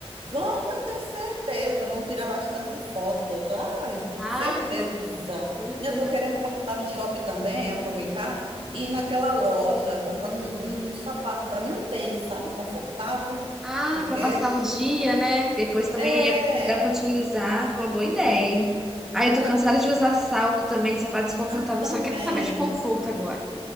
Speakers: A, on the right; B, in the centre.
A: Vão, eu tenho certeza, vamos tirar bastante foto, tá? Ai,
B: Ah,
A: certeza.
B: bom. certeza.
A: Eu estou querendo passar no shopping também, aproveitar e ir naquela loja comprar um, um sapato para mim, um tênis, sabe, confortável,
B: Ah,
A: porque
B: para passar o dia, né? Depois também
A: é,
B: é- dá para utilizar. Uma boa ideia, hein? Ah, eu tô
A: é,
B: cansada de usar salto também, sapato desconfortável.
A: ah, também.
B: Só quero saber de conforto agora.